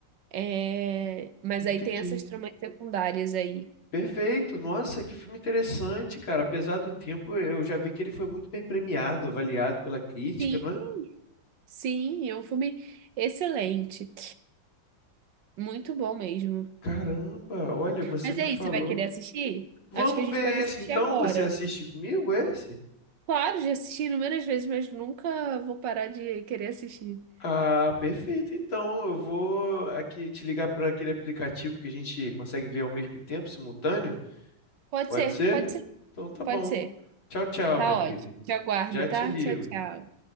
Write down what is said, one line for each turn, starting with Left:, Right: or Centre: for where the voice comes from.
Right: É, Mas
Left: Entendi.
Right: aí tem essas tramas secundárias aí.
Left: Perfeito, nossa, que filme interessante, cara. Apesar do tempo, eu já vi que ele foi muito bem premiado, avaliado pela crítica,
Right: Sim,
Left: não é?
Right: sim, é um filme excelente. Muito bom mesmo.
Left: Caramba, olha, você
Right: Mas
Left: me
Right: e aí,
Left: falou.
Right: você vai querer assistir?
Left: Vamos
Right: Acho que a gente
Left: ver
Right: pode
Left: esse
Right: assistir
Left: então?
Right: agora.
Left: Você assiste comigo esse?
Right: Claro, já assisti inúmeras vezes, mas nunca vou parar de querer assistir.
Left: Ah, perfeito. Então, eu vou aqui te ligar para aquele aplicativo que a gente consegue ver ao mesmo tempo, simultâneo.
Right: Pode
Left: Pode
Right: ser,
Left: ser?
Right: pode ser,
Left: Então tá
Right: pode
Left: bom.
Right: ser.
Left: Tchau, tchau,
Right: Tá
Left: minha amiga.
Right: ótimo. Te aguardo,
Left: Já te
Right: tá?
Left: ligo.
Right: Tchau, tchau.